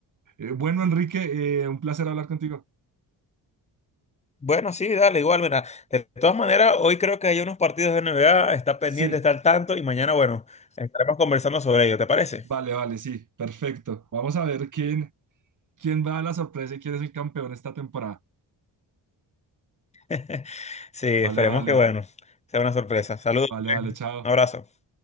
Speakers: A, on the right (about 45°); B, on the left (about 15°).
A: Eh, bueno, Enrique, eh, un placer hablar contigo.
B: Bueno, sí, dale, igual, mira. De todas maneras, hoy creo que hay unos partidos de NBA, está
A: Sí,
B: pendiente, está al tanto y mañana, bueno, estaremos conversando sobre ello, ¿te parece?
A: vale, vale, sí, perfecto. Vamos a ver quién, quién va a la sorpresa y quién es el campeón esta temporada.
B: <laughs> Sí, esperemos
A: Vale, vale,
B: que, bueno, sea una sorpresa. Saludos,
A: vale, vale,
B: un
A: chao.
B: abrazo.